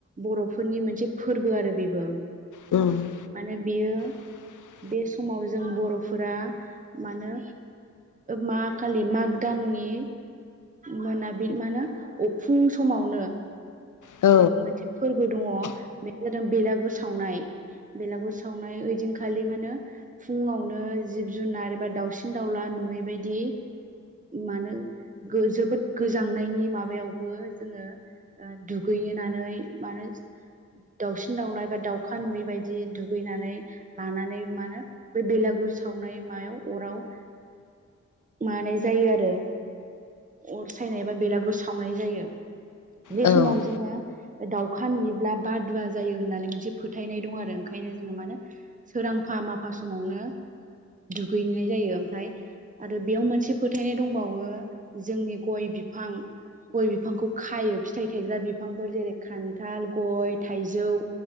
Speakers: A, on the right; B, on the left.
A: बर'फोरनि मोनसे फोरबो आरो बेबो।
B: उम
A: माने बियो
B: <inaudible>
A: बे समाव जों बर'फोरा मानो मा खालि माग दान नि मोनाबिलि मा होनो फुं समावनो
B: औ
A: मोनसे फोरबो दङ बे जादों बेलागुर सावनाय बेलागुर सावनाय ओइदिनखालि माने फुङावनो जिब जुनार एबा दाउसिन दाउला नुयैबायदि मानो जोबोद गोजांनायनि माबायावबो जोङो दुगैनानै मानो दाउसिन दाउला बा दाउखा नुयै बायदि दुगैनानै लानानै मानो बे बेलेगु गुर सावनाय मायाव अराव मानाय जायो आरो अर सायनाय बा बेलागुर सावनाय जायो। बे
B: औ
A: सम जों दाउखा नुयोब्ला बादुवा जायो होननानै मोनसे फोथायनाय दं आरो ओंखायनो जोङो मानो सो रांफा माफा समावनो दुगैनाय जायो ओमफ्राय आरो बेयाव मोनसे फोथायनाय दंबावो जोंनि गय बिफां गय बिफांखौ खायो फिथाइ थायग्रा बि फांफोर जेरै खान्थाल गय थाइजौ